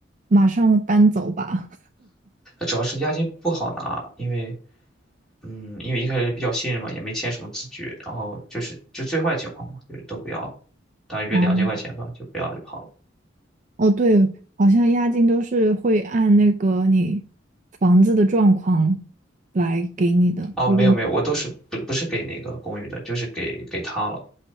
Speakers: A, on the right; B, in the centre.
A: 马上搬走吧。
B: 主要是押金不好拿，因为嗯，因为一开始比较信任嘛，也没签什么字据，然后就是就最坏情况嘛，就是都不要了，大约两千块钱吧，
A: <laughs>
B: 就不要就跑了。
A: 哦，对，好像押金都是会按那个你房子的状况来给你的，
B: 哦，
A: 如果
B: 没有没有，我都是不不是给那个公寓的，就是给给他了，